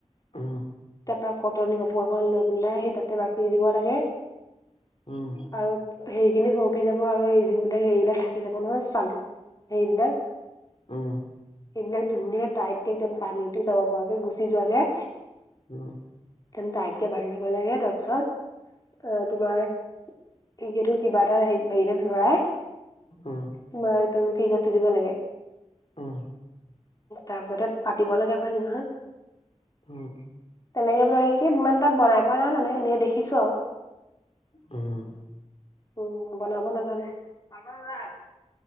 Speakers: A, on the left; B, on the left.
A: উম
B: তাপা কটন কাপোৰ এখন লৈ পেলাই সি তাতে বাকি দিব লাগে।
A: উম,
B: আৰু সেইখিনি হওক থাকি যাব আৰু এই যিন বিলাক সেইবিলাক থাকি যাব নহয় চালি সেইবিলাক।
A: উম,
B: এইবিলাক ধুনীয়াকে টাইতকে একদম পানীটো যাব পৰাকে গুচি যোৱাকে।
A: উম
B: তেন্ত তাইতকে বান্ধ দিব লাগে তাৰপিছত, আঁহ তোমাৰ সিহেটো কিবা এটা আহি বেগ এটাত ভৰাই,
A: উম,
B: তোমাৰ একদম ফ্ৰিজত থৈ দিব লাগে।
A: উম,
B: তাৰ পিছতে কাটিব লাগে পাছদিনাখন।
A: উম,
B: তেনেকে বনাই নেকি, ইমান এটা বনাই পোৱা নাই মানে এনেই দেখিছো আও।
A: উম
B: উম বনাব নাজানো। <inaudible>